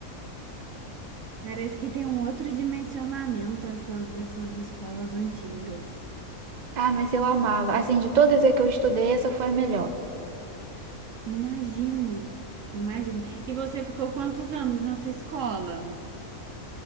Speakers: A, on the right; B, on the right.
A: Parece que tem um outro dimensionamento essas, essas escolas antigas.
B: Ah, mas eu amava. Assim, de todas as que eu estudei, essa foi a melhor.
A: Imagino, imagino. E você ficou quantos anos nessa escola?